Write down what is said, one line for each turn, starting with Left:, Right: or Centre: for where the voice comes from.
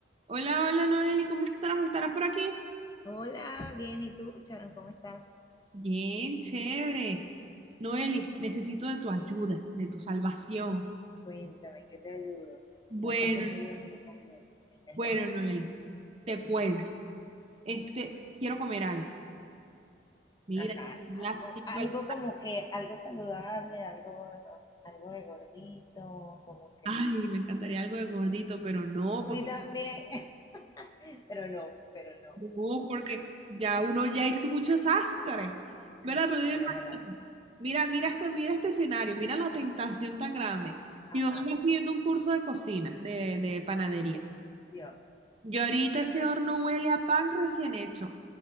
Right: Hola, hola Noeli, ¿cómo estás? ¿Estarás por aquí?
Left: Hola, bien, ¿y tú, Sharon, cómo estás?
Right: Bien, chévere. Noeli, necesito de tu ayuda, de tu salvación.
Left: Cuéntame, ¿en ¿qué te ayudo?
Right: Bueno,
Left: A ver si tú me ayudas a mí también. <laughs>
Right: bueno, Noeli, te cuento. Este, quiero comer algo. Mira,
Left: Ajá,
Right: ya son
Left: algo,
Right: las cinco
Left: algo
Right: de la tarde.
Left: como que, algo saludable, algo, algo de gordito, como que.
Right: Ay, me encantaría algo de gordito, pero no,
Left: A
Right: porque
Left: mí también, <laughs> pero no, pero no.
Right: no, porque ya uno ya hizo muchos sastres. ¿Verdad? Pero
Left: Sí,
Right: imagínate,
Left: es verdad.
Right: Mira, mira este, mira este escenario, mira la tentación tan grande.
Left: Ajá,
Right: Mi mamá está haciendo un curso de cocina, de de panadería.
Left: Dios.
Right: Yo ahorita ese horno huele a pan recién hecho.